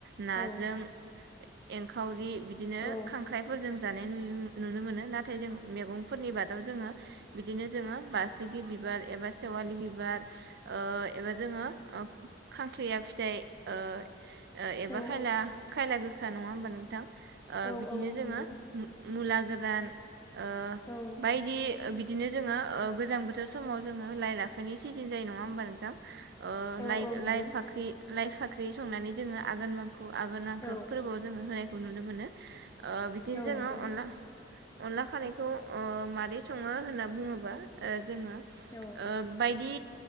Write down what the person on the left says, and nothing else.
औ
औ
औ
औ
औ
नंगौ
औ
औ
औ नंगौ
औ
औ
नंगौ
औ